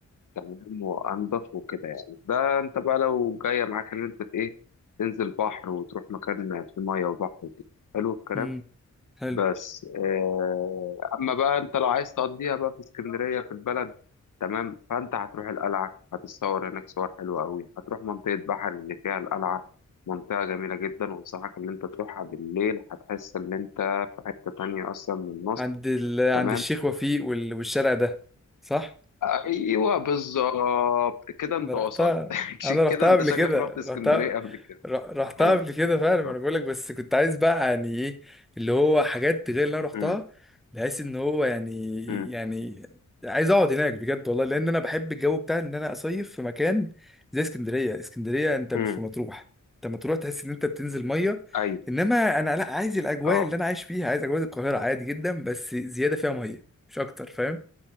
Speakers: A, on the left; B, in the centre.
A: تمام وانضف وكده يعني ده انت بقى لو جايه معاك ان انت ايه تنزل بحر وتروح مكان في ميه وبحر وكده. حلو الكلام
B: مم. حلو
A: بس آه، اما بقى انت لو عايز تقضيها بقى في اسكندريه في البلد تمام فانت هتروح القلعه هتتصور هناك صور حلوه قوي هتروح منطقه بحر اللي فيها القلعه منطقه جميله جدا وانصحك ان انت تروحها بالليل هتحس ان انت في حته تانية اصلا من مصر
B: عند ال... عند
A: تمام
B: الشيخ وفيق وال... والشارع ده صح
A: <clears throat> ايوه بالظبط كده انت
B: انا رحتها
A: وصلت <laughs>
B: انا رحتها
A: كده انت
B: قبل
A: شكلك
B: كده
A: رحت اسكندريه
B: رحتها
A: قبل كده
B: ر- رحتها
A: ايوه
B: قبل كده فعلا
A: آه.
B: انا بقول لك بس كنت عايز بقى يعني ايه اللي هو حاجات غير اللي انا رحتها
A: مم.
B: بحيث ان هو يعني
A: مم.
B: يعني عايز اقعد هناك بجد والله لان انا بحب الجو بتاع ان انا اصيف في مكان زي اسكندريه اسكندريه انت مش
A: مم.
B: في مطروح انت مطروح تحس ان انت بتنزل ميه
A: ايوه
B: انما انا لا عايز الاجواء
A: اه
B: اللي انا عايش فيها عايز اجواء القاهره عادي جدا بس زياده فيها ميه مش اكتر فاهم